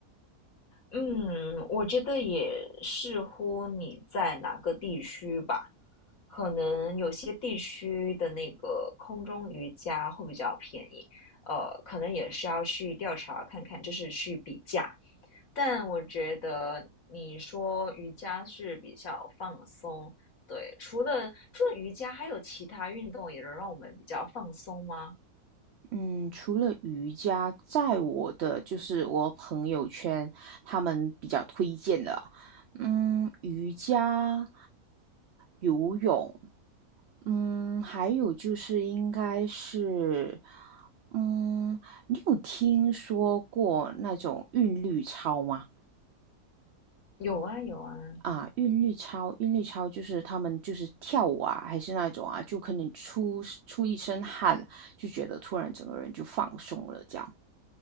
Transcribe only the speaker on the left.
嗯，我觉得也视乎你在哪个地区吧，可能有些地区的那个空中瑜伽会比较便宜，呃，可能也是要去调查看看，就是去比价，但我觉得你说瑜伽是比较放松，对，除了除了瑜伽，还有其他运动也能让我们比较放松吗？
有啊，有啊。